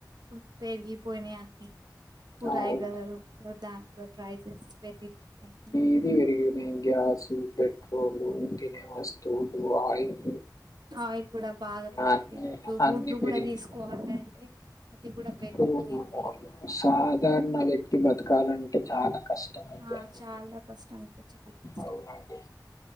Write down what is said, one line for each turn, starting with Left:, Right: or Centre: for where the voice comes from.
Right: ఇప్ పెరిగిపోయినాయి అన్ని కూరగాయలు
Left: అవును.
Right: దాంలో ప్రైజెస్ పెరిగిపోయినయ్
Left: ఇదీ వెరిగి మేం గ్యాసు పెట్రోలు తినే వస్తువులు ఆయిల్
Right: ఆయిల్ కూడా బాగా పెరిపోయింది
Left: అన్ని
Right: ఇటు
Left: అన్ని
Right: గుడ్లు
Left: పెరిగిపో
Right: కూడా తీసుకోవాల అంటే అది కూడా పెరిగిపోయింది
Left: ఇప్పుడు సాధారణ వ్యక్తి బతకాలంటే చాలా కష్టం అయిపోయింది
Right: ఆ చాలా కష్టం అంతే చాలా కష్టం
Left: అవునండి